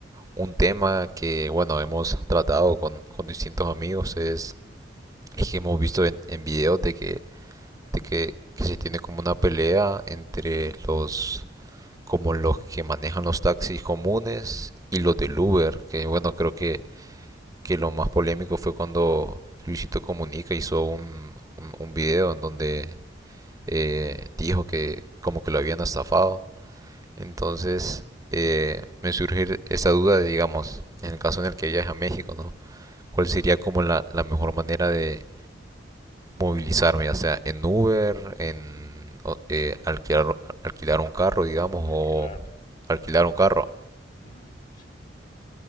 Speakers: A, on the right; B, on the left.
A: un tema que, bueno, hemos tratado con, con distintos amigos es, es que hemos visto en, en videos de que de que, que se tiene como una pelea entre los como los que manejan los taxis comunes y los del Uber, que bueno, creo que, que lo más polémico fue cuando Luisito Comunica hizo un, un, un video en donde eh, dijo que como que lo habían estafado. Entonces
B: Ujú.
A: eh, me surge esa duda de, digamos, en el caso en el que viaje a México, ¿no? ¿Cuál sería como la, la mejor manera de, movilizarme, ya sea en Uber, en eh, alquilar, alquilar un carro, digamos, o
B: Alquilar,
A: alquilar
B: alquilar
A: un carro.
B: sí. Ujú, sí.